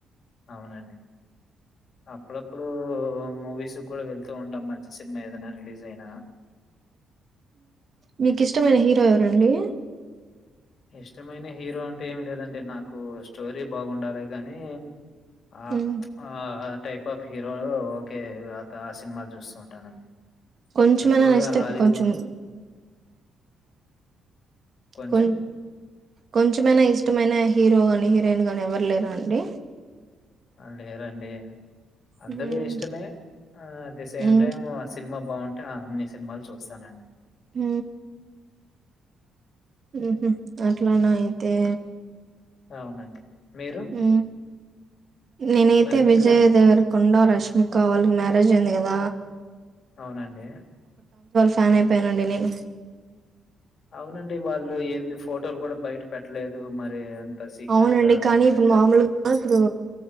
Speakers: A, on the left (about 55°); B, on the right (about 45°).
A: అవునండి. అప్పుడప్పుడు మూవీస్ కూడా వెళ్తూ ఉంటాం మంచి సినిమా ఏదైనా రిలీజ్ జైనా
B: మీకిష్టమైన హీరో ఎవరండి?
A: ఇష్టమైన హీరో అంటే ఏమి లేదండి నాకు స్టోరీ బాగుండాలె గానీ ఆ
B: ఉమ్
A: ఆ టైప్ ఆఫ్ హీరోలు ఓకే అత ఆ సినిమాలు చూస్తూ ఉంటానండి.
B: కొంచమైనా
A: ఎక్కువగా
B: ఇష్టం
A: హాలీవుడ్
B: కొంచం
A: కొంచెం
B: కొం కొంచమైనా ఇష్ట ఇష్టమైన హీరో గానీ హీరోయిన్ గాని ఎవరు లేర అండి
A: ఆ లేరండి అందరూ
B: ఉమ్
A: ఇష్టమే ఆ at the same
B: um
A: time సినిమా బాగుం అట అన్ని సినిమాలు చూస్తానండి
B: ఉ ఉహ్ అట్లాన అయితే
A: అవునండి మీరు
B: ఉ నేనైతే
A: మరి
B: విజయదేవరకొండ
A: మీకు?
B: రష్మికా వాల్ల మ్యా రేజ్ అయింది గద
A: అవునండి
B: ఫ్యాన్ అయిపోయానండి నేను
A: అవునండి వాళ్ళు ఏంది ఫోటోలు కూడా బయట పెట్టలేదు మరి సీక్రెట్‌గా
B: అవునండి కానీ
A: ఆ!
B: ఇప్పుడు
A: పెట్టారు.
B: మామూలుగా ఇప్పుడు